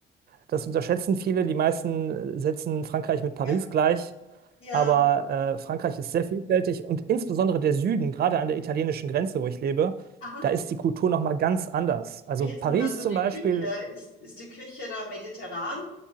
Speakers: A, on the right; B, on the left.
A: Das unterschätzen viele. Die meisten setzen Frankreich mit Paris
B: Ja,
A: gleich.
B: ja.
A: Aber äh, Frankreich ist sehr vielfältig und insbesondere der Süden, gerade an der italienischen Grenze, wo ich lebe,
B: Aha.
A: da ist die Kultur nochmal ganz anders. Also
B: Wie ist
A: Paris
B: denn da so
A: zum
B: die
A: Beispiel
B: Küche? Ist, ist die Küche da mediterran